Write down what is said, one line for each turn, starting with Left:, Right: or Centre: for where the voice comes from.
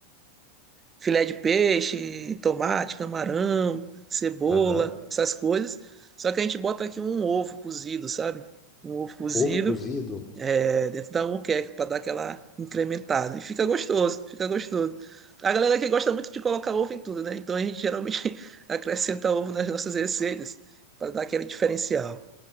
Right: filé de peixe, tomate, camarão, cebola,
Left: Aham.
Right: essas coisas. Só que a gente bota aqui um ovo cozido, sabe? Um ovo cozido
Left: Ovo cozido?
Right: é, dentro da moqueca para dar aquela incrementada. E fica gostoso, fica gostoso. A galera que gosta muito de colocar ovo em tudo, né? Então a gente geralmente <laughs> acrescenta ovo nas nossas receitas para dar aquele diferencial.